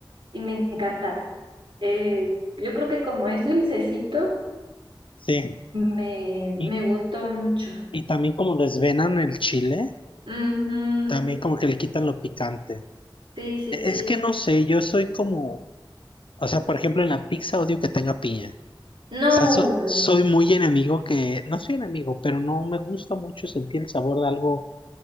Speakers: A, on the right (about 65°); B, on the left (about 75°).
A: y me encantaron Eh, yo creo que como es dulcecito,
B: Sí,
A: me,
B: y,
A: me gustó mucho.
B: y también como desvenan el chile,
A: Ujú.
B: también como que le quitan lo picante.
A: Sí, sí,
B: E-
A: sí.
B: Es que no sé, yo soy como, o sea, por ejemplo, en la pizza odio que tenga piña. O
A: No.
B: sea, so- soy muy enemigo que, no soy enemigo, pero no me gusta mucho sentir el sabor de algo